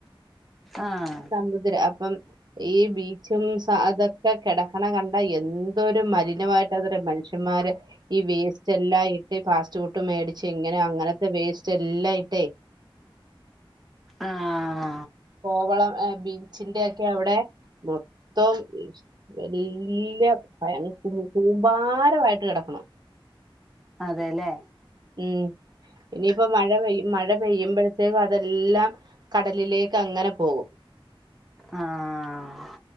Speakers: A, in the centre; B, on the right.
A: ആഹ്
B: മുദ്ര അപ്പം ഈ ബീച്ചും സ അതൊക്കെ കെടക്ക്ണ കണ്ട എന്തൊരു മലിനവായിട്ടതൊരു മനുഷ്യ -ന്മാര് ഈ വേസ്റ്റെല്ലാം ഇട്ട് ഫാസ്റ്റ് ഫുഡ് മേടിച്ച് ഇങ്ങനെ അങ്ങനത്തെ വേസ്റ്റ് എല്ലാം ഇട്ടേ
A: ആഹ്
B: കോവളം ബീച്ചിന്റെയൊക്കെ അവിടെ മൊത്തം വലിയ ഭയ കൂമ്പാരമായിട്ട് കിടക്കണം
A: അതേ ലേ
B: ഉം ഇനിയിപ്പ മഴ പെയ്യും മഴ പെയ്യുമ്പഴത്തേക്കതെല്ലാം കടലിലേക്കങ്ങനെ പോകും
A: ആഹ്